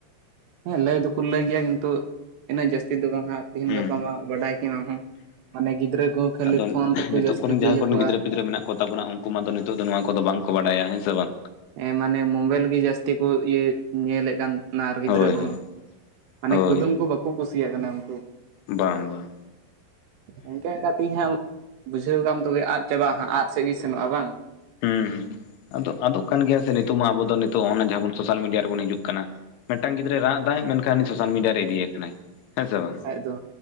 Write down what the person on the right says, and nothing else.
ᱦᱮᱸ ᱞᱟᱹᱭ ᱫᱚᱠᱚ ᱞᱟᱹᱭ ᱜᱮᱭᱟ ᱠᱤᱱᱛᱩ ᱩᱱᱟᱹᱜ ᱡᱟᱹᱥᱛᱤ ᱫᱚ ᱵᱟᱝ ᱟ ᱛᱮᱸᱦᱮᱧ
ᱜᱟᱯᱟ ᱢᱟ ᱵᱟᱰᱟᱭ ᱜᱮᱭᱟᱢ ᱟᱢ ᱦᱚᱸ ᱢᱟᱱᱮ ᱜᱤᱫᱽᱨᱟᱹ ᱠᱚᱦᱚᱸ ᱠᱷᱟᱹᱞᱤ
ᱯᱷᱳᱱ ᱨᱮᱠᱚ
ᱡᱟᱹᱥᱛᱤ
ᱠᱚ
ᱤᱭᱟᱹ
ᱠᱚᱜᱼᱟ
᱾
ᱦᱮᱸ ᱢᱟᱱᱮ ᱢᱳᱚᱵᱟᱭᱤᱞ ᱜᱮ ᱡᱟᱹᱥᱛᱤ ᱠᱚ ᱤᱭᱟᱹ ᱧᱮᱞᱮᱫ ᱠᱟᱱ ᱟᱨ ᱜᱤᱫᱽᱨᱟᱹ
ᱠᱚᱦᱚᱸ
ᱢᱟᱱᱮ
ᱠᱩᱫᱩᱢ ᱠᱚ ᱵᱟᱠᱚ ᱠᱩᱥᱤᱭᱟᱜ ᱠᱟᱱᱟ ᱩᱱᱠᱩ
ᱤᱱᱠᱟᱹ ᱤᱱᱠᱟ ᱛᱮᱧ ᱦᱟᱸᱜ ᱵᱩᱡᱷᱟᱹᱣ ᱠᱟᱢ ᱛᱚᱵᱮ ᱟᱫ ᱪᱟᱵᱟᱜᱼᱟ ᱟᱸᱜ ᱥᱮᱫ ᱜᱮ ᱥᱮᱱᱚᱜᱼᱟ ᱵᱟᱝ
ᱠᱷᱟᱡ ᱫᱚ